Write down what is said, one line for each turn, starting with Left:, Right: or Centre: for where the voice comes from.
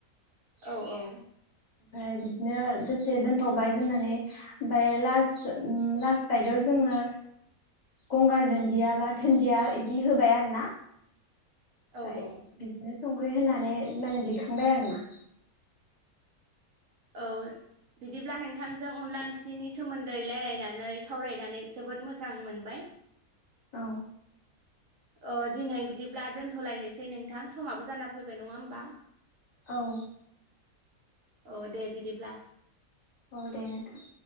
Right: औ औ
Left: ओमफ्राय बिदिनो दसे दोनथ'बाय दोननानै ओमफ्राय लास लास बायदियाव जोङो गंगार दुन्दिया बा दुन्दिया इदि होबाय आरोना।
Right: औ
Left: फाय
Right: औ
Left: बिदि संख्रि होनानै माने दिखांबाय आरोना।
Right: औ बिदिब्ला नोंथांजों अनला ओंख्रिनि सोमोन्दै रायलायनानै सावरायनानै जोबोद मोजां मोनबाय।
Left: औ
Right: अ दिनै बिदिब्ला दोनथ'लायनोसै नोंथां समाबो जाना फैबाय नङा होमबा?
Left: औ
Right: अ दे बिदिब्ला।
Left: औ दे नोंथां।